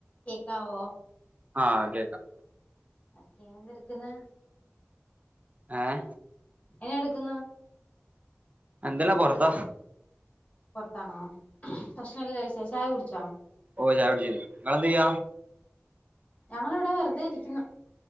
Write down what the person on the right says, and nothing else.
ആഹ് കേക്കാം
ങേ
എന്തല്ലാ പൊറത്ത
ഓ ചായകുടിച്ച് ഇങ്ങളെന്തേയ